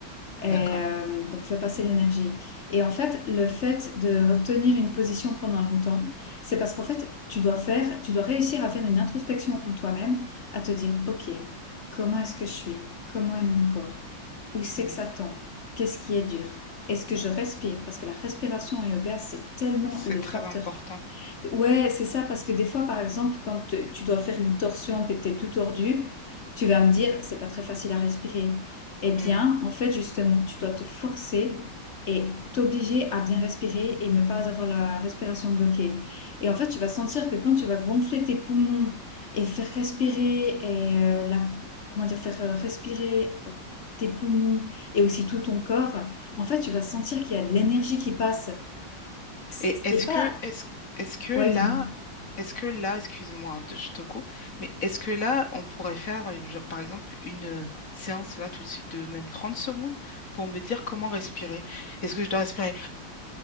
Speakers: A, on the left; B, on the left.
A: Et,
B: d'accord.
A: euh, donc, fait passer l'énergie. Et en fait, le fait de retenir une position pendant longtemps, c'est parce qu'en fait, tu dois faire, tu dois réussir à faire une introspection en toi-même, à te dire, OK, comment est-ce que je suis? Comment est mon corps? Où c'est
B: Mm.
A: que ça tend? Qu'est-ce qui est dur? Est-ce que je respire? Parce que la respiration en yoga, c'est tellement
B: C'est
A: le
B: très
A: facteur
B: important.
A: Ouais, c'est ça, parce que des fois, par exemple, quand te- tu dois faire une torsion, puis que t'es tout tordu, tu vas me dire, c'est pas très facile à respirer. Eh bien,
B: Mm.
A: en fait, justement, tu dois te forcer et t'obliger à bien respirer et ne pas avoir la respiration bloquée. Et en fait, tu vas sentir que quand tu vas gonfler tes poumons et faire respirer et euh, la- comment dire, faire euh, respirer euh, tes poumons et aussi tout ton corps, en fait, tu vas sentir qu'il y a de l'énergie qui passe. C'est
B: Et est-ce
A: c'est pas,
B: que, est-ce, est-ce que là,
A: Ouais, dis-moi.
B: est-ce que là, excuse-moi, de- je te coupe, mais est-ce que là, on pourrait faire, une- genre, par exemple, une euh, séance là tout de suite de même 30 secondes pour me dire comment respirer? Est-ce que je dois respirer?